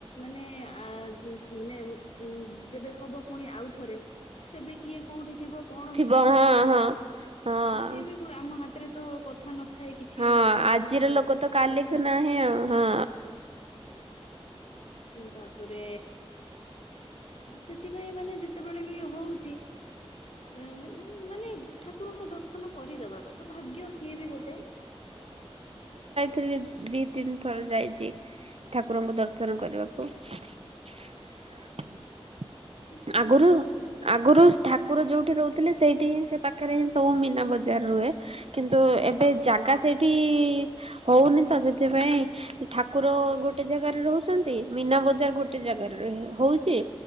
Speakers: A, on the left; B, on the right.
A: ମାନେ ଆ ମାନେ ଉଁ ଯେବେ ହବ ପୁଣି ଆଉଥରେ ସେବେ କିଏ କୋଉଠି ଥିବ କଣ ହେଇଥିବ
B: ଥିବ ହଁ
A: କଣ
B: ହଁ
A: ନାଇଁ,
B: ହଁ।
A: ସିଏ ବି ଗୋ ଆମ ହାତରେ ତ କଥା ନ ଥାଏ କିଛି
B: ହଁ
A: ଜୀବନର
B: ଆଜିର ଲୋକ ତ କାଲିକି
A: କଥା
B: ନାହିଁ ଆଉ ହଁ
A: ତାପରେ ସେଥିପାଇଁ ମାନେ ଯେତେବେଳେ ବି ହଉଛି ଏୟା ମାନ୍ ମାନେ ଠାକୁରଙ୍କ ଦର୍ଶନ କରିଦବା କଥା ଭାଗ୍ୟ ସିଏ ବି ଗୋଟେ
B: ଥିଲି ଦି ତିନି ଥର ଯାଇଚି ଠାକୁରଙ୍କୁ ଦର୍ଶନ କରିବାକୁ। <inaudible>
A: ଅତି ସୁନ୍ଦର
B: ଆଗୁରୁ
A: ମାନେ
B: ଆଗୁରୁ ଠାକୁର ଯୋଉଠି ଠି ରହୁଥୁଲେ ସେଇଠି ହିଁ ସେଇ ପାଖରେ ହିଁ ସବୁ ମୀନା ବଜାର ରୁହେ କିନ୍ତୁ ଏବେ
A: ହଁ
B: ଜାଗା ସେଇଠ୍ ବି ହୋଉନି ତ ସେଥିପାଇଁ ଠାକୁର ଗୋଟେ ଜାଗାରେ ରହୁଚନ୍ତି ମୀନା ବଜାର ଗୋଟେ ଜା ରେ ହିଁ ହୋଉଚି।